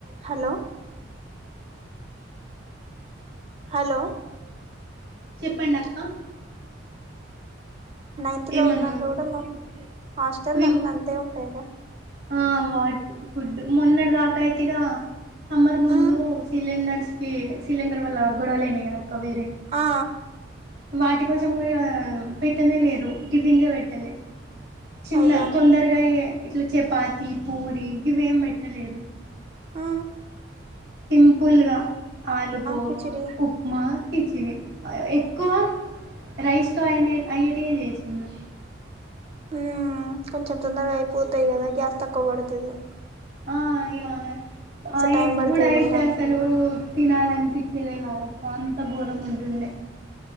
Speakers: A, on the right (about 30°); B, on the right (about 55°).
A: హలో ా <inaudible> హలో
B: చెప్పండక్క
A: నైన్త్ లో
B: ఏమన్నారు
A: ఉన్నాగా కూడా హాస్టల్
B: విన్
A: లన్ని అంతే ఉంటాయిగా
B: ఆ వాట్ ఫుడ్ మొన్నటి దాకాయితే ఇక సమ్మర్ ముందు
A: ఉమ్
B: సిలిండర్స్ కి సిలింగర్ వల్ల గొడలుయినాయి కదాక్కా వేరే
A: ఆ ఆ
B: వాటి కోసం కూడా ఇగ పెట్టనే లేరు టిఫిన్స్ ఎ కూడా పెట్టలేదు చిన్న
A: అయ్యో
B: తొందరగా అయ్యె ఇట్లా చపాతి పూరి గివేం పెట్టలేదు
A: ఆ
B: సింపుల్ గా ఆలు పోహ
A: కిచిడి
B: ఉప్మా కిచిడి <unintelligible> ఎక్కువ రైస్ తో అయినే అయ్యేటివే చేసిన్రు
A: ఉమ్ కొంచెం తొందరగా అయిపోతాయి కదా గ్యాస్ తక్కువ పడతాది
B: ఆ ఇగ ఆమె ఆ
A: టైం
B: ఇప్పుడయితే
A: పడుతది కదరా
B: అసల్ లు తినాలనిపించేదే కాదక్క అంతఘోరం ఉంటుండే